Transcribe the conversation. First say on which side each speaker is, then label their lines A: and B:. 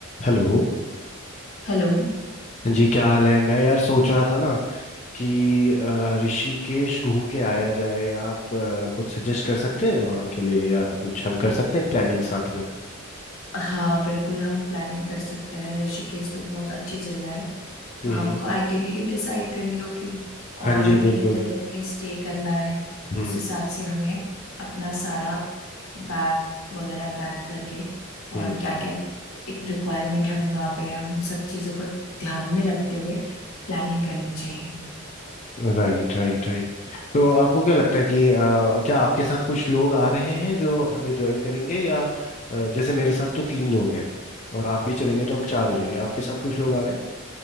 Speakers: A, on the left; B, on the left.
A: Hello
B: Hello
A: जी क्या हाल है मैं यार सोच रहा था ना कि अ, ऋषिकेश घूम के आया जाए आप अ, कुछ सजेस्ट कर सकते हैं वहाँ के लिए या कुछ हम कर सकते हैं प्लानिंग साथ में
B: हाँ बिल्कुल हम प्लानिंग कर सकते हैं ऋषिकेश तो बहुत अच्छी जगह है तो
A: हम्म
B: हमको आइटिनरी डिसाइड करनी होगी
A: हाँ
B: और
A: जी
B: हमें
A: बिल्कुल
B: कितने दिन के स्टे करना है
A: हम्म
B: उस हिसाब से हमें अपना सारा बैग वगैरह पैक करके
A: हम्म
B: और क्या क्या एक रिक्वायरमेंट हमें वहाँ पे है उन सब चीज़ों को ध्यान में रखते हुए प्लानिंग करनी चाहिए
A: Right right right तो आपको क्या लगता है कि अ, क्या आपके साथ कुछ लोग आ रहे हैं जो हमें ज्वाइन करेंगे या अ, जैसे मेरे साथ तो तीन लोग हैं और आप भी चलेंगे तो हम चार हो जाएंगे आपके साथ कुछ लोग आ रहे हैं